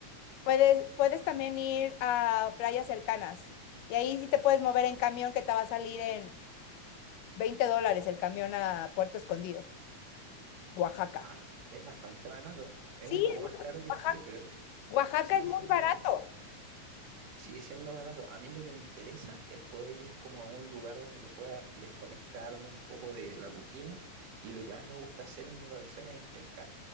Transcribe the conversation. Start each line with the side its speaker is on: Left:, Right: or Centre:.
Left: Puedes, puedes también ir a playas cercanas y ahí sí te puedes mover en camión que te va a salir en 20 dólares el camión a Puerto Escondido, Oaxaca.
Right: Ah, es bastante barato. Es
Left: Sí,
Right: un poco
Left: es
Right: más
Left: muy-
Right: caro que
Left: Oaxaca,
Right: Chile, pero
Left: Oaxaca
Right: sigue
Left: es muy
Right: siendo
Left: barato.
Right: Sigue siendo barato. A mí lo que me interesa es poder ir como a un lugar donde pueda desconectarme un poco de la rutina y lo que más me gusta hacer en mis vacaciones es pescar.